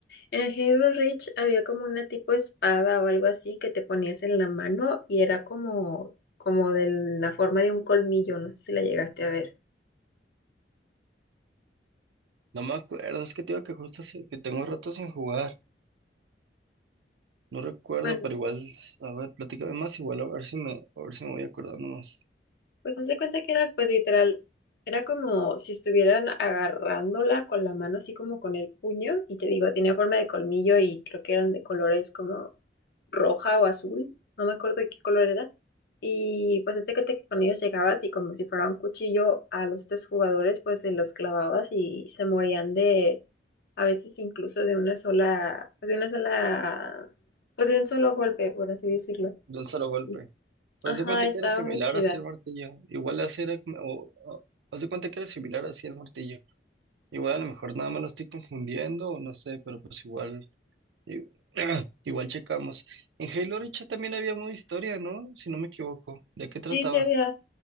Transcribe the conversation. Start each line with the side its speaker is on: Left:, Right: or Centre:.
Left: En el Halo Reach había como una tipo espada o algo así que te ponías en la mano y era como, como de la forma de un colmillo, no sé si la llegaste a ver.
Right: No me acuerdo, es que te digo que justo hace- que tengo rato sin jugar. No recuerdo,
Left: Bueno,
Right: pero igual, a ver, platícame más, igual a ver si me, a ver si me voy acordando más.
Left: Pues haz de cuenta que era, pues literal, era como si estuvieran agarrándola con la mano, así como con el puño, y te digo, tenía forma de colmillo y creo que eran de colores como roja o azul, no me acuerdo de qué color era. Y pues haz de cuenta que con ellos llegabas y como si fuera un cuchillo a los tres jugadores, pues se los clavabas y se morían de, a veces incluso de una sola, pues de una sola, pues de un solo golpe, por así decirlo.
Right: De un solo golpe.
Left: Y-
Right: Haz
Left: Ajá,
Right: de cuenta
Left: estaba
Right: que era similar
Left: muy chida.
Right: así el martillo. Igual así era, como- o, o- haz de cuenta que era similar así el martillo. Igual a lo mejor nada más lo estoy confundiendo, o no sé, pero pues igual, i- <clears throat> igual checamos. En Halo Reach también había modo historia, ¿no? Si no me equivoco. ¿De qué trataba?
Left: Sí, sí había.